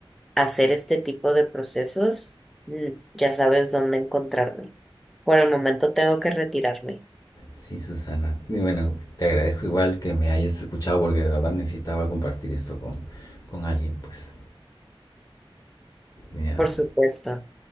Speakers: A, in the centre; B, on the left.
A: hacer este tipo de procesos, mm, ya sabes dónde encontrarme. Por el momento tengo que retirarme,
B: Sí, Susana. Y bueno, te agradezco igual que me hayas escuchado porque de verdad necesitaba compartir esto con, con alguien, pues. Ya.
A: por supuesto,